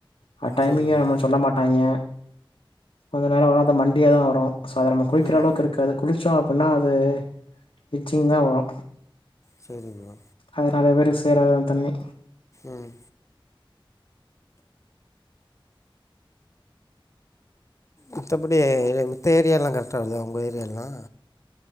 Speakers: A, on the left; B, on the left.
A: அது டைமிங்கே
B: சரி ப்ரோ
A: நம்ம சொல்ல மாட்டாய்ங்க கொஞ்ச நேரோ வராது மண்டியாதா வரோ சோ அத நம்ம குளிக்கிற
B: ம்
A: அளவுக்கு இருக்காது குளிச்சோ அப்டீன்னா அது இச்சிங்கா வரோ
B: செரி ப்ரோ
A: அது நறைய பேருக்கு சேராதுதா தண்ணி
B: ம் மித்தபடி மித்த ஏரியாலலா கரெக்டா வருதா உங்க ஏரியாலலா